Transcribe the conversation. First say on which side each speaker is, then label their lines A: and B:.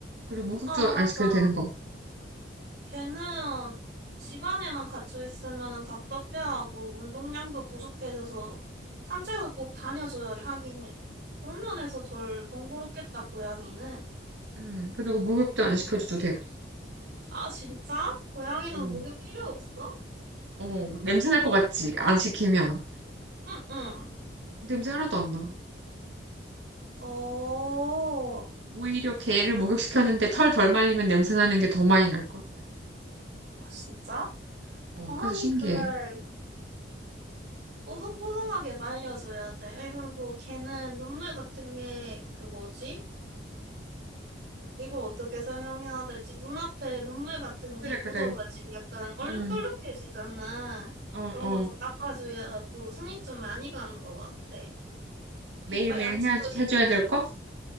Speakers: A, on the right; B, on the right.
A: 그리고 목욕도
B: 아, 맞아.
A: 안 시켜도 되는 거.
B: 걔는 집안에만 갇혀 있으면 답답해하고 운동량도 부족해져서 산책을 꼭 다녀줘야 하긴 해. 그런 면에서 덜 번거롭겠다, 고양이는.
A: 음, 그리고 목욕도 안 시켜줘도 되고.
B: 아, 진짜? 고양이는
A: 음.
B: 목욕 필요 없어?
A: 어, 냄새 날 것 같지? 안 시키면.
B: 응, 응.
A: 냄새 하나도 안 나.
B: 어, 어,
A: 오히려 개를 목욕시켰는데 털 덜 말리면 냄새 나는 게 더 많이 날걸?
B: 진짜?
A: 어,
B: 어, 하긴
A: 그래서 신기해.
B: 그래. 뽀송뽀송하게 말려줘야 돼. 아이, 그리고 걔는 눈물 같은 게 그 뭐지? 이걸 어떻게 설명해야 될지 눈앞에 눈물 같은
A: 그래,
B: 게 묻어가지고
A: 그래.
B: 약간 얼룩덜룩해지잖아.
A: 음, 어,
B: 그런
A: 어.
B: 것도 닦아줘야 하고 손이 좀 많이 가는 것 같아.
A: 매일매일
B: 이빨 양치도
A: 해야,
B: 시켜주고,
A: 해줘야 될 거?